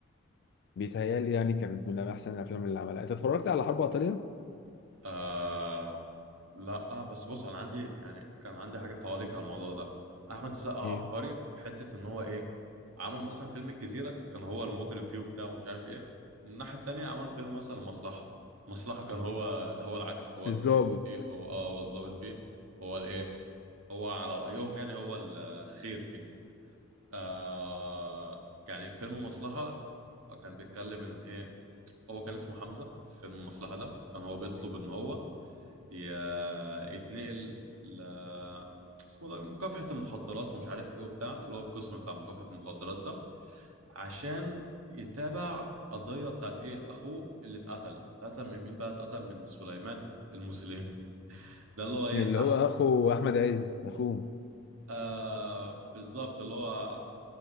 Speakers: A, on the left; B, on the right.
A: بيتهيألي يعني كان من أحسن الأفلام اللي عملها أنت اتفرجت على حرب إيطاليا؟
B: آه، لا بس بص انا عندي يعني كان عندي حاجه تعليق على الموضوع ده احمد السقا
A: إيه؟
B: عبقري في حته ان هو ايه عمل مثلا فيلم الجزيره كان هو المجرم فيه وبتاع ومش عارف ايه ومن الناحيه التانيه عمل فيلم مثلا المصلحه المصلحه كان هو هو العكس هو
A: الضابط
B: البوليس فيه هو اه هو الضابط فيه هو الايه هو على رايهم يعني هو الخير فيه آه يعني فيلم المصلحه كان بيتكلم ان ايه هو كان اسمه حمزه في فيلم المصلحه ده كان هو بيطلب ان هو ي- يتنقل ل اسمه ده مكافحة المخدرات ومش عارف ايه وبتاع اللي هو القسم بتاع مكافحة المخدرات ده عشان يتابع قضية بتاعت ايه اخوه اللي اتقتل اتقتل من مين بقى اتقتل من سليمان المسلمي <laughs> ده اللي هو ايه
A: اللي
B: احمد
A: هو أخو أحمد عز أخوه
B: آه بالظبط اللي هو